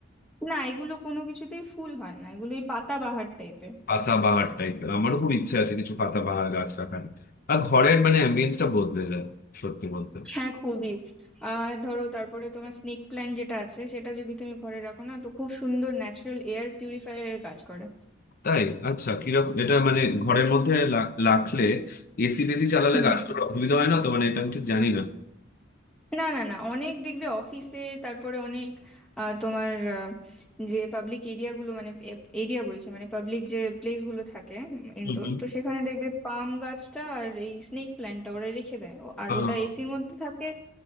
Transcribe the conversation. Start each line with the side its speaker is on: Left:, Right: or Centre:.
Centre: না এগুলো কোনো কিছুতেই ফুল হয় না এগুলো ওই পাতাবাহার টাইপের
Left: পাতাবাহার টাইপ আমারও খুব ইচ্ছে আছে কিছু পাতাবাহার গাছ রাখার আর ঘরের মানে অ্যাম্বিয়েন্সটা বদলে যায় সত্যি বলতে
Centre: হ্যাঁ খুবই আর ধরো তারপরে তোমার স্নেক প্ল্যান্ট যেটা আছে সেটা যদি তুমি ঘরে রাখো না তো খুব সুন্দর ন্যাচারাল এয়ার পিউরিফায়ার এর কাজ করে
Left: তাই আচ্ছা কিরকম এটা মানে ঘরের মধ্যে লা- রাখলে এসি টেসি চালালে
Centre: হুম
Left: গাছগুলোর অসুবিধা হয় না তো মানে এটা আমি ঠিক জানি না
Centre: না না না অনেক দেখবে অফিসে তারপরে অনেক আহ, তোমার আহ, যে পাবলিক এরিয়া গুলো মানে এরিয়া বলছি মানে পাবলিক যে প্লেস গুলো থাকে ইনডোর
Left: হুম হুম।
Centre: তো সেখানে দেখবে পাম গাছটা আর এই স্নেক প্ল্যান্টটা ওরা রেখে দেয় ও- আর
Left: আহ,
Centre: ওটা এসির মধ্যে থাকে